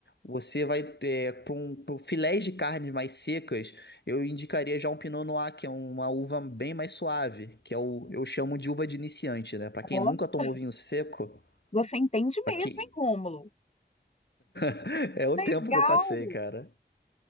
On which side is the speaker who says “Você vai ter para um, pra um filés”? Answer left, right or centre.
Left